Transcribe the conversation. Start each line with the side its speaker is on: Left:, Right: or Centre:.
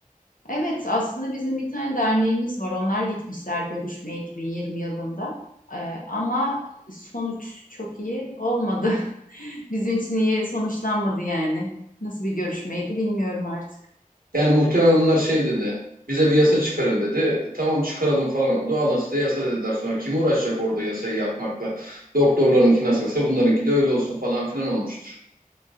Left: Evet aslında bizim bir tane derneğimiz var. Onlar gitmişler görüşmeye 2020 yılında. E, ama sonuç çok iyi olmadı. <laughs> Bizim için iyi sonuçlanmadı yani. Nasıl bir görüşmeydi bilmiyorum artık.
Right: Yani muhtemelen onlar şey dedi. Bize bir yasa çıkarın dedi. Tamam çıkaralım falan oldu. Alın size yasa dediler sonra. Kim uğraşacak orada yasayı yapmakla? Doktorlarınki nasılsa bunlarınki de öyle olsun falan filan olmuştur.